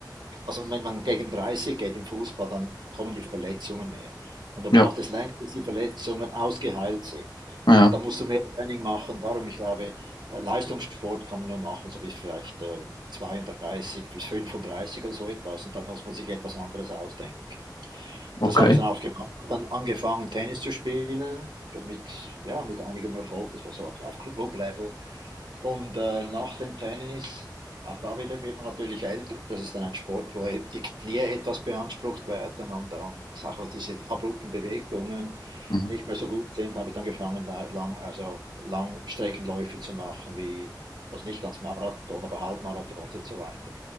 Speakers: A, on the right; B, on the left.
A: also wenn man gegen 30 geht im Fußball, dann kommen die Verletzungen mehr. Und da
B: ja,
A: braucht es länger, bis die Verletzungen ausgeheilt sind.
B: ja,
A: Und da musst du mehr Training machen. Darum, ich glaube, äh, Leistungssport kann man nur machen, so bis vielleicht äh, 32 bis 35 oder so etwas. Und dann muss man sich etwas anderes ausdenken. Und
B: okay.
A: das habe ich dann auch gemacht. Dann angefangen, Tennis zu spielen, mit, ja, mit einigem Erfolg. Das war so auf, auf Club-Level. Und äh, nach dem Tennis, auch da wieder wird man natürlich älter. Das ist dann ein Sport, wo e-, die Knie etwas beansprucht werden und, und auch diese abrupten Bewegungen
B: Mhm.
A: nicht mehr so gut sind, habe ich dann angefangen, lang, also Langstreckenläufe zu machen, wie, also nicht ganz Marathon, aber Halbmarathons und so weiter.